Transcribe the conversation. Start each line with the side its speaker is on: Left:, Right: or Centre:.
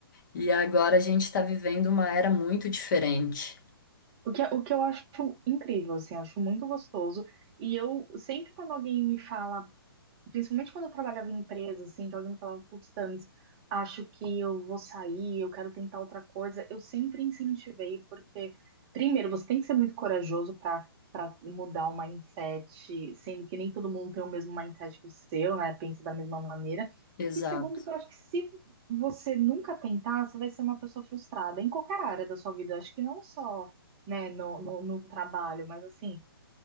Left: E agora a gente está vivendo uma era muito diferente.
Right: O que, é, o que eu acho incrível, assim, eu acho muito gostoso. E eu sempre quando alguém me fala Principalmente quando eu trabalhava em empresa, assim, que alguém me falava, putz, Thames, acho que eu vou sair, eu quero tentar outra coisa, eu sempre incentivei, porque, primeiro, você tem que ser muito corajoso para para mudar o mindset, sendo que nem todo mundo tem o mesmo mindset que o seu, né? Pensa da mesma maneira.
Left: Exato.
Right: E segundo, que eu acho que se você nunca tentar, você vai ser uma pessoa frustrada em qualquer área da sua vida. Eu Acho que não só, né, no, no no trabalho, mas assim,